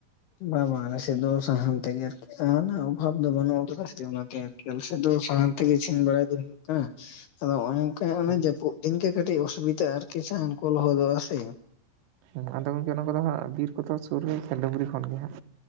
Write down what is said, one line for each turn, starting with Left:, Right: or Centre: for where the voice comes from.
Left: ᱵᱟᱵᱟ ᱟᱞᱮ ᱥᱮᱜ ᱫᱚ ᱥᱟᱦᱟᱱ ᱛᱮᱜᱮ ᱟᱨᱠᱤ᱾ ᱥᱟᱦᱟᱱ ᱨᱮᱱᱟᱜ ᱚᱵᱷᱟᱵ ᱫᱚ ᱵᱟᱹᱱᱩᱜ ᱟᱠᱟᱫᱟ ᱥᱮ ᱪᱮ ᱚᱱᱟᱛᱮ ᱟᱨᱠᱤ ᱟᱞᱮ ᱥᱮᱜ ᱫᱚ ᱥᱟᱦᱟᱱ ᱛᱮᱜᱮ ᱤᱥᱤᱱ ᱵᱟᱲᱟᱭ ᱫᱚ ᱦᱩᱭᱩᱜ ᱠᱟᱱᱟ᱾ ᱟᱫᱚ ᱚᱱᱮ ᱚᱱᱠᱟ ᱚᱱᱮ
Right: ᱦᱩᱸ
Left: ᱡᱟᱹᱯᱩᱫ ᱫᱤᱱ ᱜᱮ ᱠᱟᱹᱴᱤᱡ ᱚᱥᱩᱵᱤᱫᱟ ᱟᱨᱠᱤ ᱥᱟᱦᱟᱱ ᱠᱚ ᱞᱚᱦᱚᱫᱚᱜᱼᱟ ᱥᱮ᱾
Right: ᱦᱩᱸ ᱟᱫᱚ ᱜᱚᱝᱠᱮ ᱚᱱᱟ ᱠᱚᱫᱚ ᱦᱟᱸᱜ ᱵᱤᱨ ᱠᱚᱫᱚ ᱥᱩᱨ ᱨᱮ ᱥᱮ ᱰᱩᱝᱨᱤ ᱠᱷᱚᱱ ᱜᱮ ᱦᱟᱸᱜ?